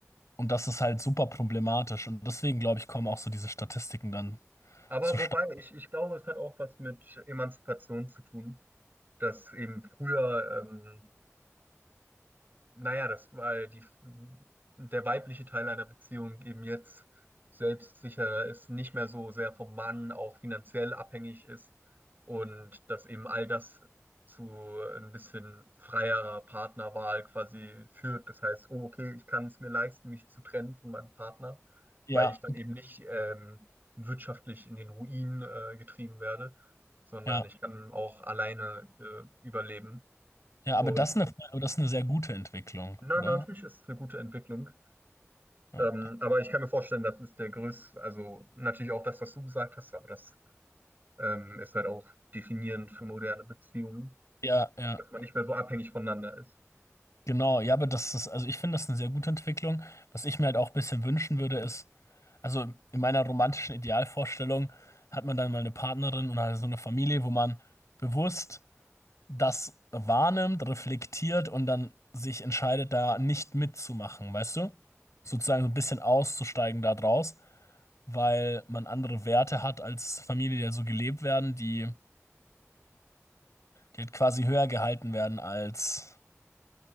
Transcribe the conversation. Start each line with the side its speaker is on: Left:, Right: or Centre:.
Left: Und das ist halt super problematisch. Und deswegen, glaube ich, kommen auch so diese Statistiken dann
Right: Aber
Left: zustande.
Right: wobei, ich, ich glaube, es hat auch was mit Emanzipation zu tun, dass eben früher ähm, naja, das weil die, der weibliche Teil einer Beziehung eben jetzt selbstsicherer ist, nicht mehr so sehr vom Mann auch finanziell abhängig ist und dass eben all das zu ein bisschen freierer Partnerwahl quasi führt. Das heißt, oh, okay, ich kann es mir leisten, mich zu trennen von meinem Partner,
Left: Ja,
Right: weil ich dann eben nicht ähm, wirtschaftlich in den Ruin äh, getrieben werde, sondern
Left: ja,
Right: ich kann auch alleine äh, überleben.
Left: ja,
Right: Und
Left: aber das ist eine, aber das ist eine sehr gute Entwicklung,
Right: na,
Left: oder?
Right: na, natürlich ist es eine gute Entwicklung.
Left: Ja,
Right: Ähm, aber ich kann mir vorstellen, das ist der größte, also natürlich auch das, was du gesagt hast, aber das ähm, ist halt auch definierend für moderne Beziehungen,
Left: ja, ja,
Right: dass man nicht mehr so abhängig voneinander ist.
Left: genau. Ja, aber das ist, also ich finde das eine sehr gute Entwicklung. Was ich mir halt auch ein bisschen wünschen würde, ist, also in meiner romantischen Idealvorstellung hat man dann mal eine Partnerin und halt so eine Familie, wo man bewusst das wahrnimmt, reflektiert und dann sich entscheidet, da nicht mitzumachen, weißt du? Sozusagen so ein bisschen auszusteigen da draus, weil man andere Werte hat als Familie, die ja so gelebt werden, die, die halt quasi höher gehalten werden als